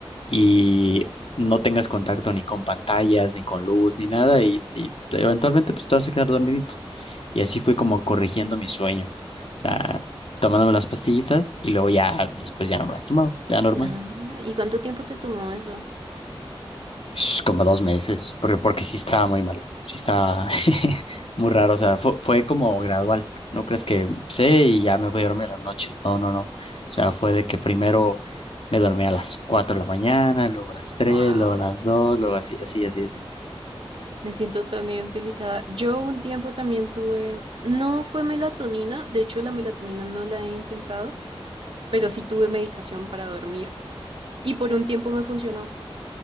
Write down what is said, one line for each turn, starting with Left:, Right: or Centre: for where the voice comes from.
Left: y no tengas contacto ni con pantallas, ni con luz, ni nada, y, y eventualmente pues te vas a quedar dormidito. Y así fui como corrigiendo mi sueño. O sea, tomándome las pastillitas y luego ya, después ya no me las tomaba, ya normal.
Right: Ah, ¿y cuánto tiempo te tomó eso?
Left: Sh, Como dos meses, porque, porque sí estaba muy malo, sí estaba <laughs> muy raro, o sea, fue, fue como gradual, no crees que sé y ya me voy a dormir en las noches, no, no, no, o sea, fue de que primero me dormí a las 4 de la mañana, luego a las tres
Right: Wow,
Left: luego a las dos luego así, así, así, así.
Right: me siento tan identificada. Yo un tiempo también tuve, no fue melatonina, de hecho la melatonina no la he intentado, pero sí tuve medicación para dormir y por un tiempo me funcionó.